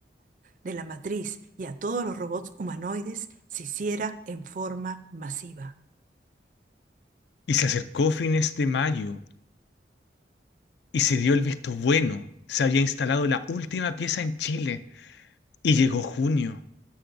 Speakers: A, on the right; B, on the left.
A: de la matriz y a todos los robots humanoides se hiciera en forma masiva.
B: Y se acercó fines de mayo y se dio el visto bueno. Se había instalado la última pieza en Chile y llegó junio,